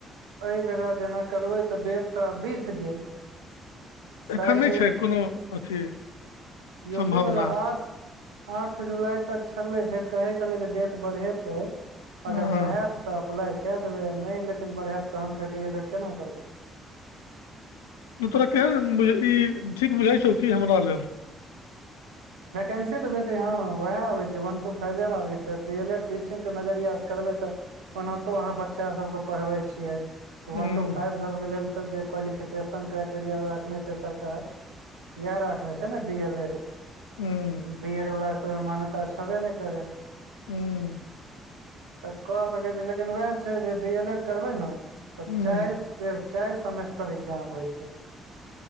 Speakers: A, on the right; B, on the left.
A: एहि बेरा जेना करबे तऽ डेट तऽ आब बीत गेल शायद
B: एखन नहि छै कोनो अथी
A: यू
B: सम्भावना
A: पी वला आठ आठ जुलाई तक छलै फेर कहै छलै जे डेट बढ़ेतै
B: हँ
A: अगर बढ़ायत तऽ अप्लाई कए देबै आ नहि लेकिन बढ़ायत तहन फेर डी एल एड केना करबै
B: तोरा केहन ई ठीक बुझाई छौ की हमरा लेल
A: वैकेन्सी तऽ बेसी हँ उएह आबैत छै वन टू फाइवेमे आबै छै डी एल एड टीचिंगके नजरियासँ करबै तऽ ओनाहितो अहाँ बच्चा सबके पढ़बै छियै तऽ
B: हूँ
A: वन टू फाईव सभके लेल तऽ जे क्वालिफिकेशन क्राइटेरिया रखने छै सरकार इयह रखने छै ने डी एल एड
B: हूं
A: बी एड वाला के त मान्यता छबे नहि करै
B: हूं
A: तऽ कऽ सकैत छी लेकिन वएह छै जे डी एल एड करबै ने तऽ
B: हूँ
A: चारि चारि सेमेस्टर एग्जाम होइ छै